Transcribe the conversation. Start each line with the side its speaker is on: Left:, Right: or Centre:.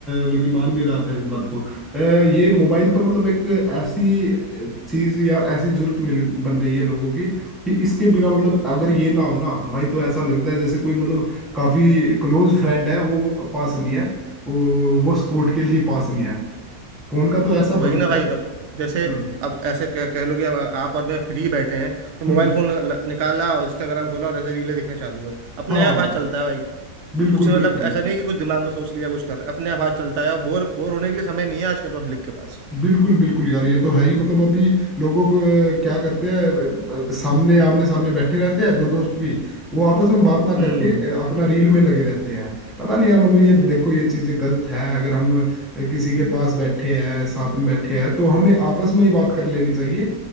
Centre: बल्कि मान भी रहा था इस बात को अ, ये मोबाइल तो मतलब एक ऐसी चीज या ऐसी जरूरत मिल बन गई है लोगों की कि इसके बिना मतलब अगर ये ना हो ना भाई तो ऐसा लगता है जैसे कोई मतलब काफी क्लोज फ्रेंड है वो पास नहीं है वो, वो सपोर्ट के लिए पास नहीं है फोन का तो ऐसा
Right: हम्म, वही
Centre: बन
Right: ना
Centre: गया
Right: भाई
Centre: है
Right: अब जैसे
Centre: हम्म
Right: अब ऐसे कह, कह लो कि अब आप और मैं फ्री बैठे हैं तो मोबाइल
Centre: हम्म
Right: फोन लग- लग- निकाला और इंस्टाग्राम खोला और ऐसे रीलें देखना चालू है अपने
Centre: हाँ
Right: आप हाथ चलता है भाई
Centre: बिल्कुल
Right: कुछ मतलब
Centre: बिल्कुल
Right: ऐसा नहीं कि कुछ दिमाग में सोच लिया कुछ कर रहे अपने आप हाथ चलता है और बोर बोर होने के लिए समय नहीं है आजकल पब्लिक के पास
Centre: बिल्कुल बिल्कुल यार ये तो है ही मतलब अभी लोगों को अ, क्या करते हैं अ, सामने आमने सामने बैठे रहते हैं दो दोस्त भी वो आपस में बात ना
Right: हम्म
Centre: करके अ, अपना रील में लगे रहते हैं पता नहीं यार मतलब ये
Right: हम्म
Centre: देखो ये चीज़ गलत है अगर हम अ, किसी के पास बैठे हैं साथ में बैठे हैं तो हमें आपस में ही बात कर लेनी चाहिए